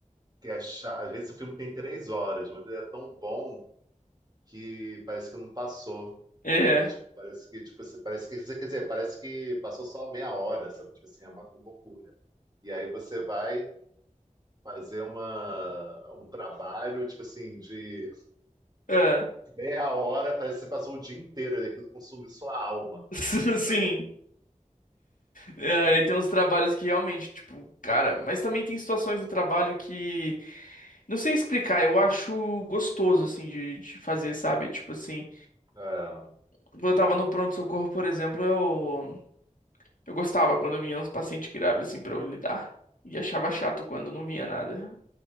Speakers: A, on the right (about 30°); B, on the left (about 85°).
A: que é chato. Às vezes o filme tem três horas, mas ele é tão bom que parece que não passou,
B: É.
A: né? Tipo, parece que, tipo, você- parece que, quer dizer, parece que passou só meia hora, sabe? Tipo assim, é uma loucura. E aí você vai fazer uma, um trabalho, tipo assim, de
B: É.
A: meia hora, parece que você passou o dia inteiro, e aquilo consumiu sua alma,
B: <laughs> Sim.
A: sabe?
B: É, aí tem uns trabalhos que realmente, tipo, cara, mas também tem situações no trabalho que Não sei explicar, eu acho gostoso, assim, de, de fazer, sabe? Tipo assim,
A: É.
B: quando eu tava no pronto-socorro, por exemplo, eu, eu gostava quando vinha uns pacientes graves, assim, pra eu lidar. E achava chato quando não vinha nada.